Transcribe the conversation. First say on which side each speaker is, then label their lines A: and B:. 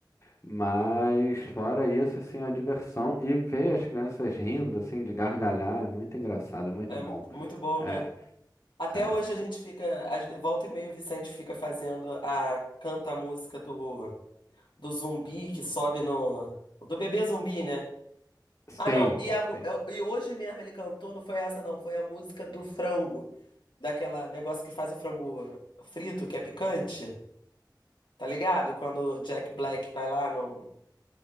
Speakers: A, on the left; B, on the left.
A: Mas fora isso, assim, a diversão e ver as crianças rindo, assim, de gargalhar, é muito engraçado, é muito
B: É
A: bom.
B: muito, muito bom,
A: É,
B: né? Até
A: é.
B: hoje a gente fica, às vezes, volta e meia o Vicente fica fazendo a canta a música do, do zumbi que sobe no. Do bebê zumbi, né?
A: Sim,
B: Ah, não. E, a mu-
A: sim.
B: eu- e hoje mesmo ele cantou, não foi essa, não. Foi a música do frango. Daquela negócio que faz o frango frito, que é picante. Tá ligado? Quando o Jack Black vai lá, não